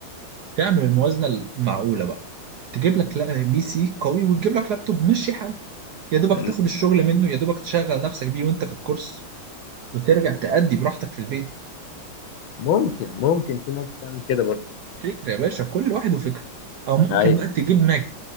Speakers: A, on the right; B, on the left.
A: تعمل الموازنه المعقوله بقى تجيب لك لا- بي سي قوي وتجيب لك لابتوب مشي حالك يا دوبك
B: م-
A: تاخد الشغل منه يا دوبك تشغل نفسك بيه وانت في الكورس وترجع تأدي براحتك في البيت
B: ممكن ممكن في ناس بتعمل كده برضه
A: فكرة يا باشا كل واحد وفكرة او ممكن
B: ايوه
A: بقى تجيب ماك